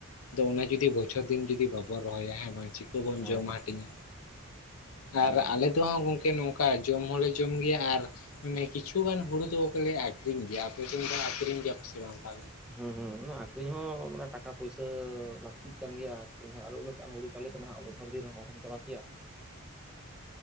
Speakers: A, on the left (about 80°); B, in the centre.
A: ᱟᱫᱚ ᱚᱱᱟ ᱡᱩᱫᱤ ᱵᱚᱪᱷᱚᱨ ᱫᱤᱱ ᱡᱩᱫᱤ ᱵᱟᱵᱚᱱ ᱨᱚᱦᱚᱭᱟ ᱦᱮᱸ ᱵᱟᱝ ᱪᱤᱠᱟᱹ ᱵᱚᱱ
B: ᱦᱩᱸ
A: ᱡᱚᱢ ᱦᱟᱹᱴᱤᱧᱟ? ᱟᱨ
B: ᱦᱮᱸ ᱦᱮᱸ ᱦᱮᱸ
A: ᱟᱞᱮ ᱫᱚ ᱦᱟᱜ ᱜᱚᱝᱠᱮ ᱱᱚᱝ ᱠᱟ ᱡᱚᱢ ᱦᱚᱸᱞᱮ ᱡᱚᱢ ᱜᱮᱭᱟ ᱟᱨ ᱠᱤᱪᱷᱩ ᱜᱟᱱ ᱦᱩᱲᱩ ᱫᱚ ᱞᱮ ᱟ- ᱠᱷᱨᱤᱧ ᱜᱮᱭᱟ ᱟᱯᱮ ᱥᱮᱫ ᱟᱠᱷᱨᱤᱧ ᱜᱮᱭᱟ ᱥᱮ ᱵᱟᱝ ᱛᱟᱦᱞᱮ?
B: ᱦᱩᱸ ᱦᱩᱸ ᱚᱱᱟ ᱟᱠᱷᱨᱤᱧ ᱦᱚᱸ ᱢᱟᱱᱮ ᱴᱟᱠᱟ ᱯᱩᱭᱥᱟᱹ ᱞᱟᱹᱠᱛᱤᱜ ᱠᱟᱱ ᱜᱮᱭᱟ ᱟᱨ ᱦᱚᱸ ᱩᱱᱟᱹᱜ ᱜᱟᱱ ᱦᱩᱲᱩ᱾ ᱪᱟᱞᱤ ᱛᱚᱱᱟᱜ ᱵᱚᱪᱷᱚᱨ ᱫᱤᱱ ᱨᱮᱦᱚ ᱚᱦᱚᱢ ᱪᱟᱵᱟ ᱠᱮᱭᱟ᱾